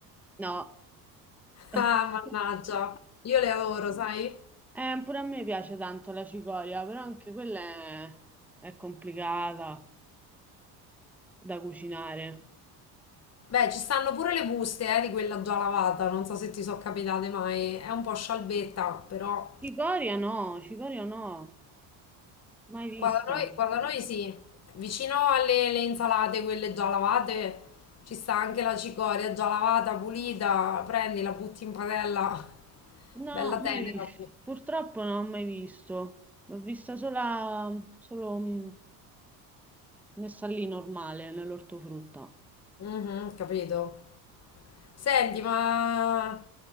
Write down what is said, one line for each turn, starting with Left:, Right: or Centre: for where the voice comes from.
Centre: No, <laughs>
Left: Ah, mannaggia. Io le adoro, sai?
Centre: Eh, pure a me piace tanto la cicoria, però anche quella è, è complicata da cucinare.
Left: Beh, ci stanno pure le buste, eh, di quella già lavata, non so se ti sono capitate mai. È un po' scialbetta, però
Centre: Cicoria no, cicoria no, mai vista.
Left: Qua da noi, qua da noi sì, vicino alle alle insalate, quelle già lavate, ci sta anche la cicoria già lavata, pulita, prendi, la butti in padella, <laughs>
Centre: No,
Left: bella tenera.
Centre: mai vista. Purtroppo non ho mai visto. L'ho vista sola, solo mm, messa lì normale, nell'ortofrutta.
Left: Mhm, capito. Senti, ma